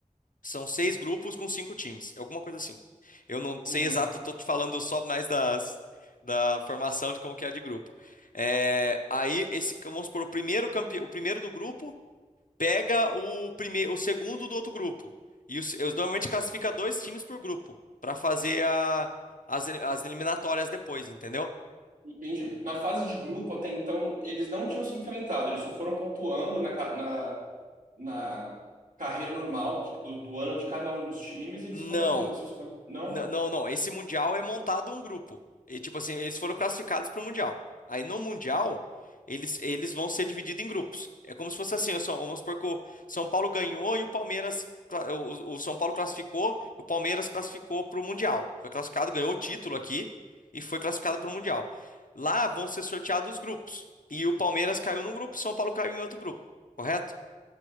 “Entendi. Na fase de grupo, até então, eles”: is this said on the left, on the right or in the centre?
Right